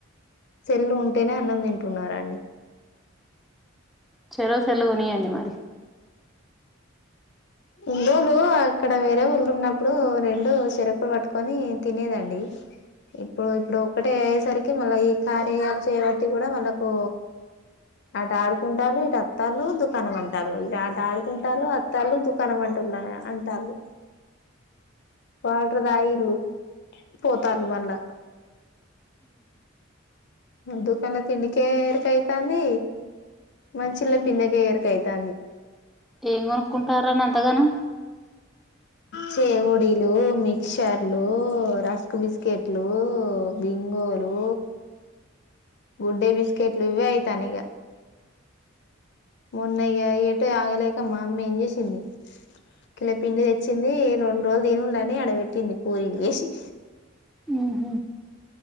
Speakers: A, on the left; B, in the centre.
A: సెల్లు ఉంటేనే అన్నం తింటున్నరండి.
B: చెరో సెల్లు కొనీయండి మరి
A: ఇండ్రోలు అక్కడ వేరే ఊర్లో ఉన్నప్పుడు రెండు చెరొక పట్టుకొని తినేదండి. ఇప్పుడు ఇప్పుడు ఒక్కటే అయ్యేసరికి మళ్ళ ఈ కార్య యాప్ చేయబట్టి కూడా వాళ్ళకు అటు ఆడుకుంటారు ఇటు అత్తాలు దుకాణం అంటారు ఇగా ఆట ఆడుకుంటారు అత్తాలు దుక్ కనుమంటుల్లా అంటాల్లు వాటర్ దాగిల్లు పోతాళ్ళు మళ్ళా దుకాణంలో తిండికే ఎరుకైతాంది మనుషుల తిండికే ఎరుకైతాంది.
B: ఏం కొనుకుంటారని అంతగనం
A: చెకోడిలూ మిక్చర్లు రస్క్ బిస్కెట్లు బింగోలు గుడ్డే బిస్కెట్లు ఇవే అయితనై ఇగ. మొన్న ఇగ ఏటు ఆగలేక అమ్మ ఏం చేసింది కిల పిండి తెచ్చింది రెండు రోజులు తినుల్లు అని ఆడబెట్టింది పూరీలు చేసి
B: హ్మ్మ్